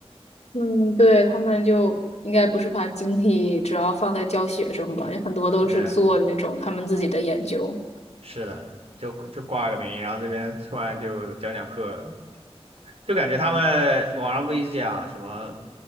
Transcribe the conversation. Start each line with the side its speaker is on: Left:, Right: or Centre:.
Left: 嗯，对，他们就应该不是把精力主要放在教学生吧，有很多都是做那种他们自己的研究。
Right: 对，是的，就就挂个名，然后这边突然就讲讲课，就感觉他们网上不一直讲什么